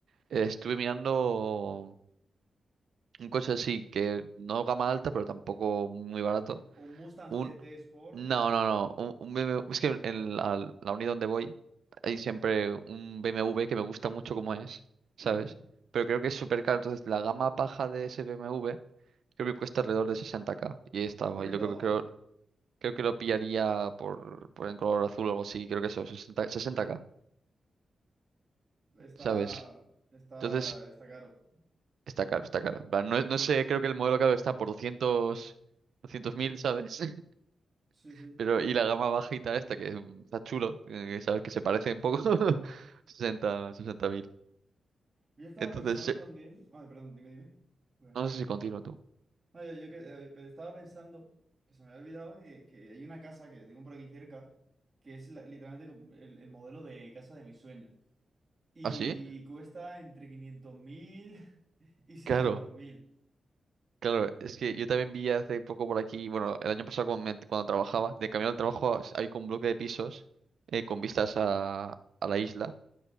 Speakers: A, on the right; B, on the right.
A: Eh, estuve mirando un coche así, que no gama alta, pero tampoco muy barato.
B: Sí. un Mustang
A: Un...
B: GT Sport.
A: No, no, no. Un, un BMW... Es que en la, la unidad donde voy hay siempre un BMW que me gusta mucho como es, ¿sabes?
B: Ujú.
A: Pero creo que es súper caro. Entonces, la gama baja de ese BMW creo que cuesta alrededor de 60k. Y ahí está,
B: ¡Hola!
A: y lo que creo, Creo que lo pillaría por, por en color azul o algo así, creo que eso, 60, 60K,
B: Está,
A: ¿sabes?
B: está,
A: Entonces,
B: está caro.
A: está
B: <laughs>
A: caro, está caro. En plan, No, no sé, creo que el modelo caro está por 200, 200 mil, ¿sabes? <laughs>
B: Sí, sí.
A: Pero, y la gama bajita esta, que mm, está chulo, eh, que sabes que se parece un poco, <laughs> 60, 60 mil.
B: Yo estaba
A: Entonces,
B: pensando
A: eh,
B: también. Ay, perdón, dime, dime. Bueno, está
A: no
B: bien,
A: sé
B: está
A: si continúo
B: bien.
A: tú.
B: No, yo, yo que- eh, pero estaba pensando que se me había olvidado que, que hay una casa que tengo por aquí cerca que es la- literalmente como el, el modelo de casa de mis sueños. Y
A: ¿Ah, sí?
B: cuesta entre 500.000 <laughs> y 600.000.
A: Claro. Claro, es que yo también vi hace poco por aquí, bueno, el año pasado cuando, me- cuando trabajaba, de camino al trabajo hay con un bloque de pisos eh, con vistas a, a la isla.